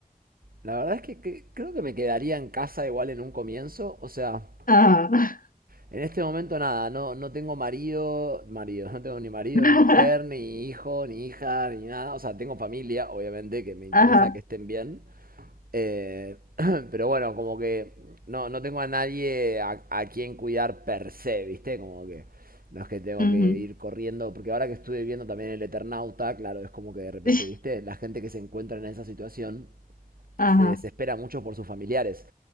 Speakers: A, on the right; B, on the left.
A: La verdad es que, que- creo que me quedaría en casa igual en un comienzo, o sea...
B: <laughs> Ajá.
A: En este momento nada, no, no tengo marido, marido, <laughs> no tengo ni marido,
B: <laughs>
A: ni mujer, ni hijo, ni hija, ni nada. O sea, tengo familia, obviamente, que me interesa
B: Ajá.
A: que estén bien. Eh, <clears throat> pero bueno, como que no, no tengo a nadie a, a quien cuidar per se, ¿viste? Como que no es que tengo
B: Ujú.
A: que ir corriendo, porque ahora que estuve viendo también el Eternauta, claro, es como que de repente,
B: <laughs>
A: ¿viste? La gente que se encuentra en esa situación
B: Ajá.
A: se desespera mucho por sus familiares.